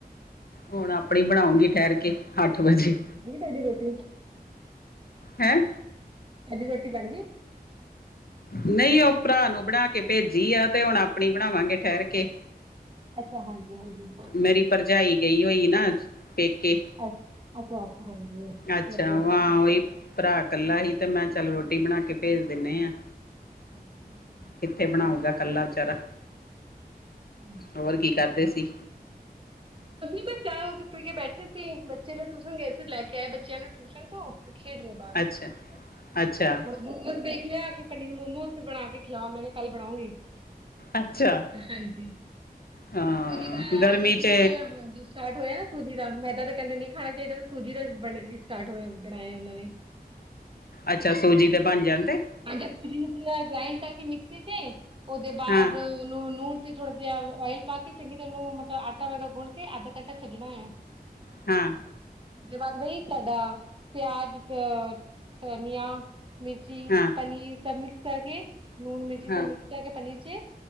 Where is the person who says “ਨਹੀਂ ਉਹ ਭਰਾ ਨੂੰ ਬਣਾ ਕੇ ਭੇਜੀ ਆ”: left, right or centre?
Left